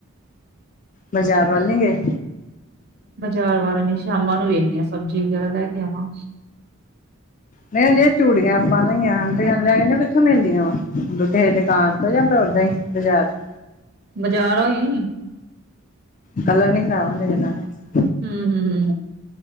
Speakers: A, on the left; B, on the right.
A: ਬਾਜ਼ਾਰ ਵੱਲ ਨੀ ਗਏ?
B: ਬਾਜ਼ਾਰ ਵਾਲੇ ਨੀ ਸ਼ਾਮਾਂ ਨੂੰ ਵੇਖਦੇ ਆ ਸਬਜ਼ੀ ਵਗੈਰਾ ਲੈ ਕੇ ਆਵਾਂ।
A: ਨਹੀਂਜੇ ਚੂੜੀਆਂ ਆਪਾਂ ਲਈਆਂ ਤੁਸੀ ਕਂਦੇ ਸੀ ਨਾ ਕਿੱਥੋਂ ਮਿਲਦੀਆਂ ਵਾ, ਕਿਸੇ ਦੁਕਾਨ ਤੋਂ ਜਾਂ ਓਦਾਂ ਹੀ, ਬਾਜ਼ਾਰ ਚੋ।
B: ਬਜ਼ਾਰੋ ਈ।
A: ਕਲਰ ਨੀ ਖ਼ਰਾਬ ਹੁੰਦੇ ਜਿਨਾ ਦੇ?
B: ਹੂੰ- ਹੂੰ, ਹੂੰ।